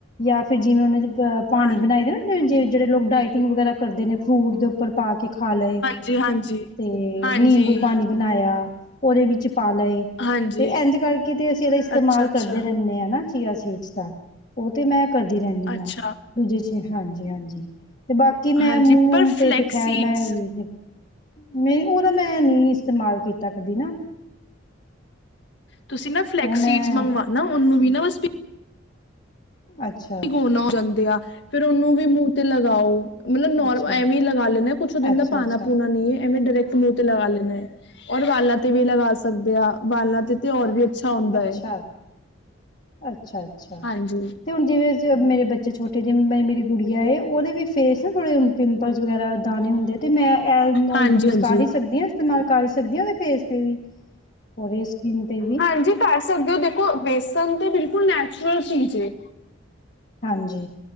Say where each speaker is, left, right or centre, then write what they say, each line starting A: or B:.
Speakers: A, on the left; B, on the left.
A: ਯਾ ਫੇਰ ਜਿਵੇਂ ਓਨੇ ਚ ਅ ਪਾਣੀ
B: ਹਾਂ
A: ਬਣਾਈ ਦਾ ਨਾ ਜੇ ਜੇੜੇ ਲੋਕ ਡਾਇਟਿੰਗ ਵਗੈਰਾ ਕਰਦੇ ਨੇ ਫਰੂਟ ਦੇ ਉੱਪਰ ਪਾ ਕੇ ਖਾ ਲਏ।
B: ਜੀ ਹਾਂਜੀ।
A: ਤੇ
B: ਹਾਂਜੀ
A: ਨਿੰਬੂ ਪਾਣੀ ਬਨਾਯਾ ਓਦੇ ਵਿੱਚ ਪਾ ਲਏ।
B: ਹਾਂਜੀ
A: ਤੇ ਐਂਜ ਕਰਕੇ ਤੇ ਅਸੀਂ ਏਦਾ ਇਸਤੇਮਾਲ
B: ਅੱਛਾ ਅੱਛਾ
A: ਕਰਦੇ ਰੈਨੇ ਆਂ ਚੀਆ ਸੀਡਸ ਤਾਂ ਓ ਤੇ ਮੈਂ ਕਰਦੀ ਰੈਨੀ
B: ਅੱਛਾ
A: ਆਂ ਦੂਜੇ ਚ, ਹਾਂਜੀ-ਹਾਂਜੀ। ਤੇ ਬਾਕੀ ਮੈਂ
B: ਹਾਂਜੀ
A: ਮੂੰਹ,
B: ਪਰ
A: ਤੇ
B: ਫਲੈਕਸ
A: ਖੈਰ
B: ਸੀਡਸ
A: ਮੈਂ ਯ ਨਈਂ, ਓ ਤਾਂ ਮੈਂ ਨਈਂ ਇਸਤੇਮਾਲ ਕੀਤਾ ਕਦੀ ਨਾ।
B: ਤੁਸੀਂ ਨਾ ਫਲੈਕਸ
A: ਉਹ ਮੈਂ
B: ਸੀਡਜ ਮੰਗਵਾਣਾ, ਓਨੂੰ ਵੀ ਨਾ ਬ
A: ਅੱਛਾ।
B: ਗੋਨਾ ਹੋ ਜਾਂਦੇ ਆ ਫਿਰ ਓਨੂੰ ਵੀ ਮੂੰਹ ਤੇ ਲਗਾਓ। ਨਈ ਨੋਰ
A: ਅੱਛਾ
B: ਐਵੇਂ ਈ ਲਗਾ ਲੈਂਦੇ ਕੁਛ ਓਦੇ ਅੰਦਰ
A: ਅੱਛਾ
B: ਪਾਨਾ
A: ਅੱਛਾ
B: ਪੂਨਾ ਨੀ ਐ ਐਵੇਂਈ ਡਰੈਕ ਮੂੰਹ ਤੇ ਲਗਾ ਲੈਨੇ ਆ ਔਰ ਵਾਲਾਂ ਤੇ ਵੀ ਲਗਾ ਸਕਦੇ ਆ ਵਾਲਾਂ ਤੇ ਤੇ ਓਰ ਵੀ ਅੱਛਾ ਹੁੰਦਾ
A: ਅੱਛਾ,
B: ਹੈ
A: ਅੱਛਾ, ਅੱਛਾ।
B: ਹਾਂਜੀ
A: ਤੇ ਹੁਨ ਜਿਵੇਂ ਮੇਰੇ ਬੱਚੇ ਛੋਟੇ ਜਿ ਮੇਰੀ ਗੁੜੀਆ ਏ ਓਦੇ ਵੀ ਫੇਸ ਥੋੜ੍ਹੇ ਪਿੰਪਲਸ ਵਗੈਰਾ ਦਾਣੇ ਹੁੰਦੇ ਤੇ ਮੈ ਐ ਮੈ
B: ਹਾਂਜੀ
A: ਯੂਜ
B: ਹਾਂਜੀ
A: ਕਰ ਈ ਸਕਦੀ ਆਂ? ਇਸਤੇਮਾਲ ਕਰ ਸਕਦੀ ਆ ਓਦੇ ਫੇਸ ਤੇ ਵੀ ਪਰੇ ਸਕਿਨ ਤੇ ਵੀ
B: ਹਾਂਜੀ ਕਰ ਸਕਦੇ ਓ ਦੇਖੋ ਬੇਸਨ ਤੇ ਬਿਲਕੁਲ ਨੈਚੁਰਲ ਚੀਜ਼ ਏ।
A: ਹਾਂਜੀ।